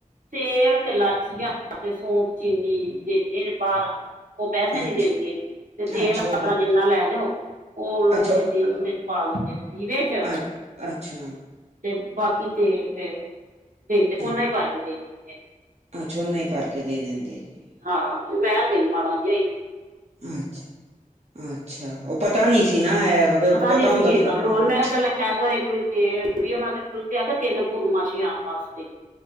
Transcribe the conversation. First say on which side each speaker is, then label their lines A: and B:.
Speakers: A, on the right; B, on the right.
A: ਤੇਲ ਤੇ ਲਾਚੀਆਂ ਤੇ ਸੌਫ ਚੀਨੀ ਦਿੰਦੇ ਨੇ ਬਾਰਾਂ ਓ ਪੈਸੇਆਂ
B: ਅੱਛਾ
A: ਦੀ ਦਿੰਦੇ ਨੇ ਤੇ ਤੇਲ
B: ਅੱਛਾ ਉਹ
A: ਆਪਨਾ
B: ਪੈ
A: ਜਿੰਨਾ ਲੈ ਜਾਓ ਓ ਲੁੱਦ
B: ਅੱਛਾ
A: ਕੇ ਦੇ ਪਾ ਲੈਂਦੇ ਨੇ। ਦੀਵੇ ਚ
B: ਅੱਛ ਅੱਛਾ
A: ਤੇ ਬਾਕੀ ਤੇਲ ਫੇਰ, ਦੇ-ਦੇ ਓਨਾ
B: ਹਾਂ,
A: ਈ ਭਰ ਕੇ ਦੇ-ਦੇ।
B: ਅੱਛਾ ਓਨਾ ਈ ਭਰ ਕੇ ਦੇ ਦਿੰਦੇ ਨੇ।
A: ਹਾਂ ਤੇ ਮਹਿਲ ਗਈ ਮਾੜਾ ਜਈ।
B: ਅੱਛਾ, ਅੱਛਾ ਓ ਪਤਾ ਨੀ ਸੀ ਨਾ ਹੈਗਾ ਫੇਰ ਪਤਾ
A: ਨੀ ਸੀ
B: ਹੁੰਦਾ
A: ਹੈਗਾ
B: ਤੇ ਹਾਂ
A: ਹੁਣ ਮੈਂ ਕਿਹਾ ਚੱਲ ਐਤਵਾਰ ਇਕ ਵਾਰੀ ਤੇਲ ਓਨਾਂ ਦੇ ਕੋ ਤਿੰਨ ਪੂਰਨਮਾਸ਼ੀ ਆਨ ਵਾਸਤੇ।